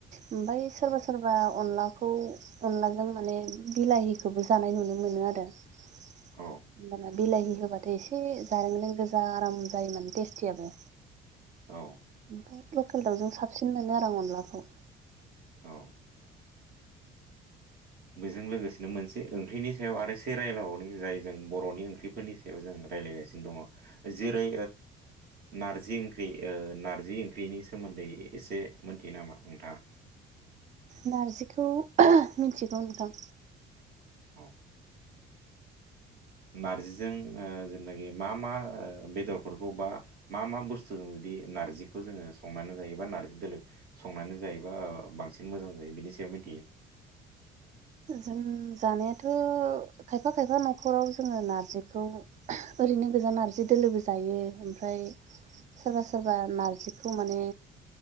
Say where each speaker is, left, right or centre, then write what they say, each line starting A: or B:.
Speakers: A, on the right; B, on the right.
A: ओमफ्राय सोरबा
B: औ
A: सोरबा अनला बेखौ अनलाजों माने बिलाहिखौबो जानाय नुनो मोनो आरो होमबाना
B: औ
A: बिलाहि होबथाय एसे जानो गो फा आराम जायो माने टेस्टियाबो।
B: औ
A: ओमफफ्राय लकेल दाउजों साबसिन मोनो आरो आं अनलाखौ
B: औ बेजों लोगोसेनो मोनसे ओंख्रिनि सायाव आरो से रायलावनि जाय जों बर'नि ओंख्रिफोरनि सायाव जों रायज्लायगासिनो दङ जेरै नारजिं ओंख्रि नारजि ओंख्रिनि सोमोन्दै एसे मोनथियो नामा नोंथाङा
A: नारजिखौ मिथिगौ नोंथां
B: ओ नारजिजों जेनाखि मा मा बेदरफोरखौ बा मा मा बुस्थुजों जुदि नारजिखौ जोङो संनानै जायोबा नारजि दोलो संनानै जायोबा बांसिन मोजां जायो बेनि सायाव <inaudible>
A: जों जानायाथ' खायफा खायफा न'खराव जोङो नारजिखौ ओरै बिदिनो गोजान नारजि दोलोबो जायो ओमफ्राय सोरबा सोरबा नारजिखौ माने